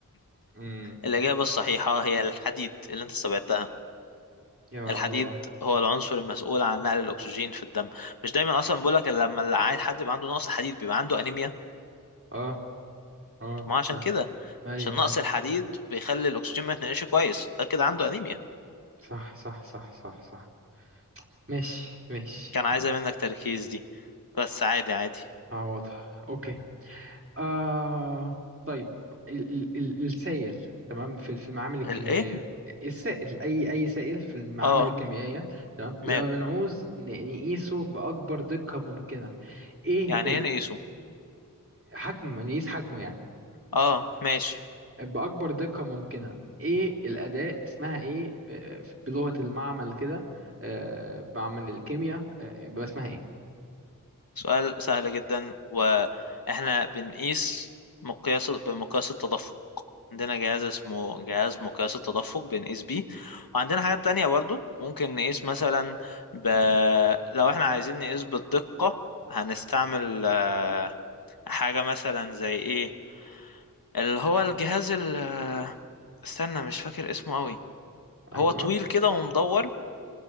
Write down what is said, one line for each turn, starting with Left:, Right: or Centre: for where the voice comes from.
Right: امم
Left: الإجابة الصحيحة هي الحديد اللي أنت استبعدتها
Right: يا
Left: الحديد
Right: الله
Left: هو العنصر المسؤول عن نقل الاكسجين في الدم مش دايما اصلا بقول لك لما العيل حد بيبقى عنده نقص حديد بيبقى عنده انيميا
Right: اه اه
Left: طب ما عشان
Right: ف
Left: كده
Right: ايوه
Left: عشان نقص
Right: ايوه
Left: الحديد بيخلي الاكسجين ما يتنقلش كويس ده كده عنده انيميا
Right: صح صح صح صح صح ماشي ماشي
Left: كان عايزه
Right: ماشي
Left: منك تركيز دي بس عادي عادي
Right: اه واضح اوكي آه طيب ال ال ال السائل تمام في في المعامل الكيميائية
Left: الايه
Right: السائل أي أي سائل في المعامل
Left: اه
Right: الكيميائية تمام لما
Left: ماله
Right: بنعوز ن- نقيسه بأكبر دقة ممكنة إيه
Left: يعني
Right: ال-
Left: ايه نقيسه
Right: حجم نقيس حجمه يعني
Left: اه ماشي
Right: بأكبر دقة ممكنة إيه الأداة اسمها إيه آه، بلغة المعمل كده آه، معمل الكيمياء آه، يبقى اسمها إيه
Left: سؤال سهل جدا واحنا بنقيس مقياس بمقياس التدفق عندنا جهاز اسمه جهاز مقياس التدفق بنقيس بيه وعندنا حاجات تانية برضو ممكن نقيس مثلا ب... لو احنا عايزين نقيس بالدقة هنستعمل آه، حاجة مثلا زي ايه اللي هو الجهاز ال... آه، استنى مش فاكر اسمه قوي هو
Right: أيوه
Left: طويل كده ومدور